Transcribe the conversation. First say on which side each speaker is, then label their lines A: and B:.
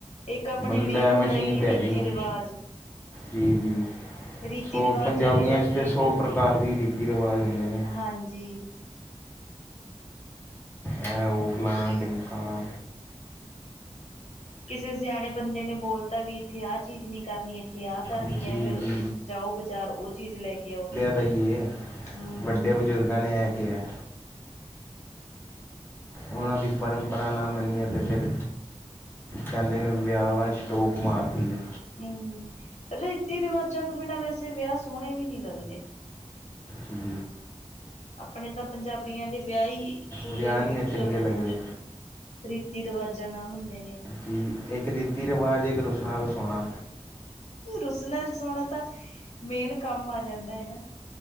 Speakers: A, on the left (about 80°); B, on the left (about 20°).
A: ਇੱਕ ਆਪਣੇ
B: ਬੰਦਾ
A: ਮੇਨ
B: ਹੈ
A: ਹੁੰਦਾ
B: ਮਸ਼ੀਨ
A: ਕਿ
B: ਤੇ
A: ਰੀਤੀ
B: ਹੈਗੀ ਨੀ।
A: ਰਿਵਾਜ
B: ਜੀ -ਜੀ
A: ਰੀਤੀ
B: ਸੌ
A: ਰਿਵਾਜਾਂ
B: ਪੰਜਾਬੀਆਂ
A: ਦੇ ਕਰਕੇ
B: 'ਚ ਤੇ ਸੌ
A: ਫਿਰ
B: ਪ੍ਰਕਾਰ ਦੇ ਰੀਤੀ ਰਿਵਾਜ਼ ਹੁੰਦੇ ਨੇ।
A: ਹਾਂਜੀ।
B: ਏ, ਓ ਫਲਾਣਾ ਡਿਮਕਾਣਾ।
A: ਹਮ ਕਿਸੇ ਸਿਆਣੇ ਬੰਦੇ ਨੇ ਬੋਲਤਾ ਵੀ ਏਥੇ ਆਹ ਚੀਜ਼ ਨੀ ਕਰਨੀ ਏਥੇ ਆਹ ਕਰਨੀ
B: ਜੀ
A: ਐ, ਫਿਰ
B: ਜੀ
A: ਓ ਜਾਓ ਬਾਜ਼ਾਰ ਓ ਚੀਜ਼ ਲੈ ਕੇ ਆਓ।
B: ਬਈਏ
A: ਹੂੰ,
B: ਵੱਡੇ ਬਜ਼ੁਰਗਾਂ ਨੇ ਆ ਕੇਹਾ। ਓਨਾਂ ਦੀ ਪਰੰਪਰਾ ਨਾ ਮਨੀਏ ਤੇ ਫਿਰ ਕੇਂਦੇ ਨੇ ਵਿਆਵਾ ਚ ਟੋਕ ਮਾਰਤੀ ਆ।
A: ਹਮ--ਰੀਤੀ ਰਿਵਾਜਾਂ ਤੋਂ ਬਿਨਾਂ ਵੈਸੇ ਵਿਆਹ ਸੋਹਣੇ ਵੀ ਨਈ ਲੱਗਦੇ।
B: ਹਮ
A: ਆਪਣੇ ਤਾਂ ਪੰਜਾਬੀਆਂ ਦੇ ਵਿਆਹ ਈ ਪੂਰੇ
B: ਵਿਆਹ
A: ਵੀ
B: ਨਹੀਂ
A: ਮਤਲਬ
B: ਚੰਗੇ ਲੱਗਦੇ
A: ਐ ਆ। ਰੀਤੀ ਰੀਵਾਜਾਂ ਨਾਲ ਹੁੰਦੇ ਨੇ।
B: ਕਿ ਇੱਕ ਰੀਤੀ ਰੀਵਾਜ਼ ਇੱਕ ਰੁਸਨਾ -ਰਸੋਨਾ।
A: ਰੁਸਣਾ ਰਸੋਉਣਾ ਤਾਂ ਮੇਨ ਕੰਮ ਆ ਜਾਂਦਾ ਹੈ ਨਾ।